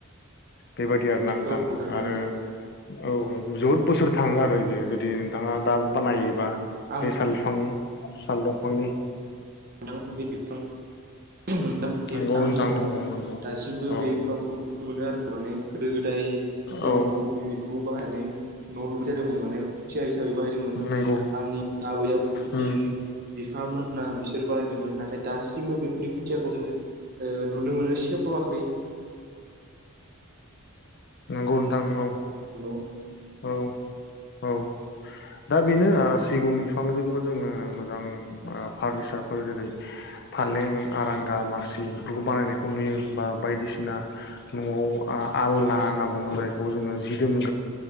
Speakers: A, on the left (about 50°); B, on the right (about 45°).
A: बेबायदि आर ना
B: औ
A: थां
B: थारैनो
A: आरो
B: नोंथां
A: औ जोबोद बोसोर थांङो आरो बियो जुदि नोंथाङा दा बानायोबा
B: आंनि
A: बे साल बिफांनि साल दंफांनि
B: नोंथां बे बिफां <unintelligible>
A: नंगौ
B: आंनि
A: नोंथां
B: न'आव
A: नंगौ नंगौ
B: दासिमबो
A: औ
B: बे बिबांखौ मोनो आरो माने गोदो गोदाय जोंनि
A: औ
B: न' बे बिखौ बाहायनानै न' लुनाय जादोंमोन माने खुन्थिया हिसाबै बाहायदोंमोन
A: नंगौ
B: आंनि आबै आबौनि
A: उम
B: <unintelligible> बिफांमोना बिसोर बानायदोंमोन <unintelligible> नाथाय दासिमबो बेफोरनि खुन्थियाखौ जोङो नुनो मोनो सेवाखै <unintelligible>
A: नंगौ नोंथां औ
B: <unintelligible>
A: औ औ दा बेनो सिगुन बिफांजोंबो जोङो मोजां फारनिसारफोर जेरै फालें आरांगा मासि बेफोरखौ बानायनायखौ नुयो बा बायदिसिना न'आव आलना होनना बुङो जायखौ जोङो जि दोम